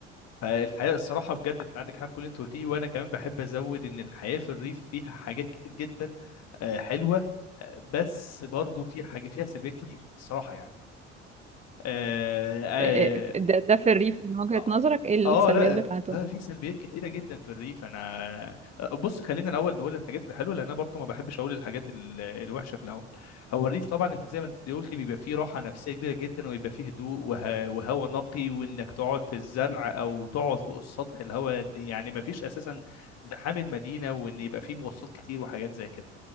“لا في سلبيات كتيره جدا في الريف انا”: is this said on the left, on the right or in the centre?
Left